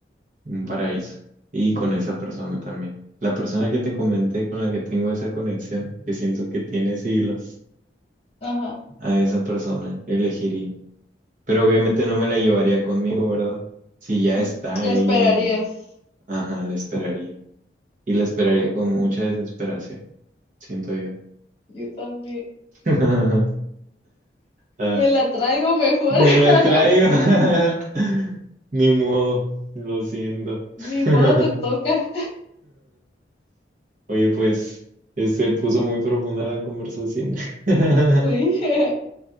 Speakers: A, on the right; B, on the left.
A: un paraíso y con esa persona también. La persona que te comenté con la que tengo esa conexión, que siento que tiene siglos,
B: Ajá.
A: a esa persona elegiría. Pero obviamente no me la llevaría conmigo, ¿verdad? Si ya
B: Mm,
A: está
B: La
A: ella
B: esperarías.
A: en... Ajá, la esperaría. Y la esperaría con mucha desesperación, siento yo.
B: Yo también.
A: <laughs> Ah,
B: Me la traigo mejor.
A: me
B: <laughs>
A: lo traigo. <laughs> Ni modo, lo siento.
B: Ni modo
A: <laughs>
B: te toca.
A: Oye, pues, eh, se puso muy profunda la conversación. <laughs>
B: Sí. <laughs>